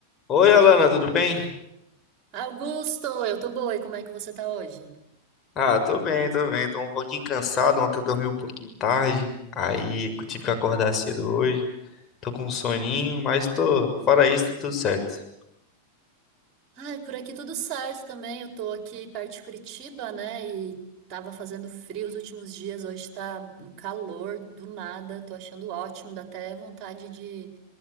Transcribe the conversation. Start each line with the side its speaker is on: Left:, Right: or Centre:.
Left: Oi, Alana, tudo bem?
Right: Augusto, eu tô boa, e como é que você tá hoje?
Left: Ah, tô bem, tô bem. Tô um pouquinho cansado. Ontem eu dormi um pouquinho tarde. Aí eu tive que acordar cedo hoje. Tô com um soninho, mas tô. Fora isso, tá tudo certo.
Right: Ai, por aqui tudo certo também. Eu tô aqui perto de Curitiba, né? E tava fazendo frio os últimos dias, hoje tá um calor do nada, tô achando ótimo, dá até vontade de,